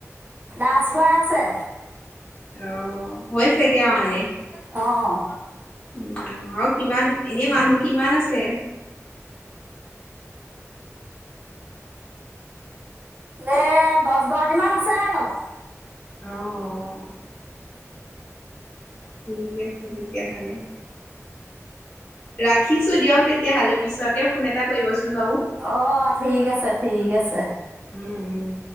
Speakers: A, on the right (about 35°); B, on the left (about 15°).
A: ৰাজ ভাই আছে
B: অ' হৈছেগে অ মানে?
A: অ', অ'
B: উ আৰু কিমান এনে মানুহ কিমান আছে?
A: দে দহগৰাক কিমান আছে কণত?
B: আহ। ঠিক আছে দি তেতিয়াহালে ৰাখিছো দিয়ক তেতিয়াহলে পিছতকে ফোন এটা কৰিবচোন বাৰু
A: অ', ঠিক আছে ঠিক আছে।
B: উম